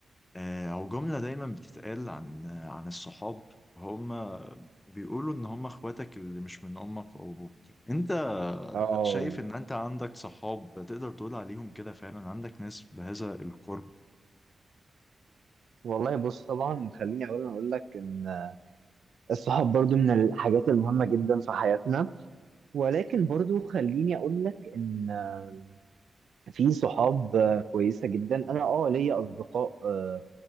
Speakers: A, on the left; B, on the right.
A: آه او جمله دايما بتتقال عن آه عن الصحاب هم بيقولوا ان هم اخواتك اللي مش من امك او ابوك انت
B: اه
A: شايف ان انت عندك صحاب تقدر تقول عليهم كده فعلا عندك ناس بهذا القرب
B: والله بص طبعا خليني أولا أقول لك إن الصحاب برضو من الحاجات المهمة جدا في حياتنا ولكن برضو خليني أقول لك إن آه، في صحاب آه، كويسة جدا أنا أه ليا أصدقاء آه،